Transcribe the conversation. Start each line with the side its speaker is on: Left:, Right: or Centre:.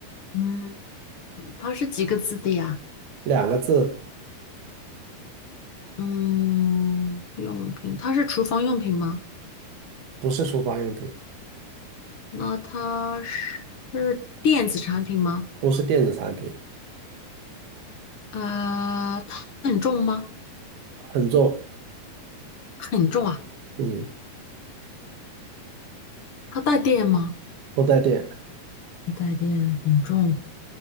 Left: 嗯，它是几个字的呀？
Right: 两个字，
Left: 嗯，用品，它是厨房用品吗？
Right: 不是厨房用品，
Left: 那它是是电子产品吗？
Right: 不是电子产品，
Left: 呃，它很重吗？
Right: 很重，
Left: 很重啊，
Right: 嗯，
Left: 它带电吗？
Right: 不带电
Left: 不带电，很重。